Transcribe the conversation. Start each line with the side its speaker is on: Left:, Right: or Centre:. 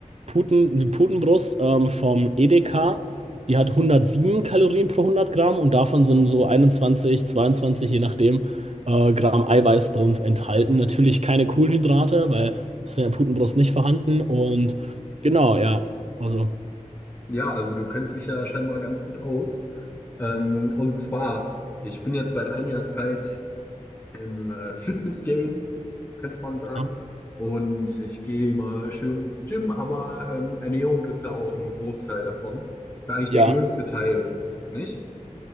Right: Puten, die Putenbrust ähm, vom Edeka, die hat 107 Kalorien pro 100 Gramm und davon sind so 21, 22, je nachdem, äh, Gramm Eiweiß drin enthalten. Natürlich keine Kohlenhydrate, weil das ist in der Putenbrust nicht vorhanden. Und genau, ja. Also,
Left: ja, also du kennst dich ja scheinbar ganz gut aus. Ähm, und zwar, ich bin jetzt seit einiger Zeit im äh, Fitness-Game könnte man sagen.
Right: ja.
Left: Und ich gehe immer schön ins Gym, aber ähm, Ernährung ist ja auch ein Großteil davon. Ist ja eigentlich
Right: Ja,
Left: der größte Teil, nicht?